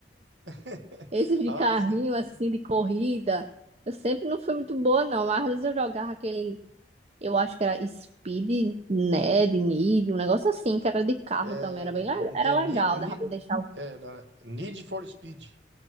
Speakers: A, on the right; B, on the right.
A: <laughs>
B: <laughs> Esses de
A: Ah,
B: carrinho,
A: sim.
B: assim, de corrida. Eu sempre não fui muito boa, não. Mas às vezes eu jogava aquele Eu acho que era Speed, Ned, Need, um negócio assim, que era de carro
A: É,
B: também, era bem le- era
A: é
B: legal,
A: Need, Need,
B: dava pra deixar o...
A: é, na- Need for Speed.